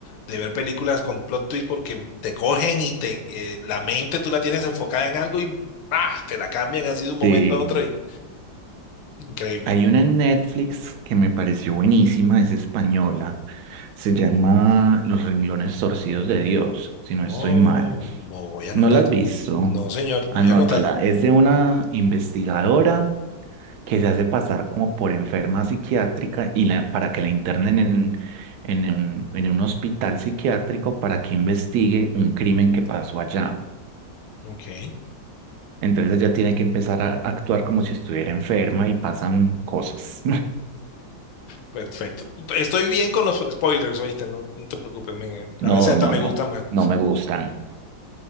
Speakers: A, on the left; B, on the right.
A: de ver películas con plot twist porque te cogen y te eh, la mente tú la tienes enfocada en algo y ¡ah! te la cambian así de un momento
B: Sí.
A: a otro y increíble.
B: Hay una en Netflix que me pareció buenísima, es española. Se llama Los renglones torcidos de Dios, si no
A: Oh,
B: estoy mal.
A: voy a anotar.
B: ¿No la has visto?
A: No, señor, voy
B: Anótala.
A: a anotarla.
B: Es de una investigadora que se hace pasar como por enferma psiquiátrica y la- para que la internen en, en un, en un hospital psiquiátrico para que investigue un crimen que pasó allá.
A: Ok.
B: Entonces ella tiene que empezar a actuar como si estuviera enferma y pasan cosas.
A: Perfecto. Estoy bien con los spoilers, oíste, no, no te preocupes, men, a
B: No,
A: veces hasta
B: no,
A: me gustan
B: no,
A: más.
B: no me gustan.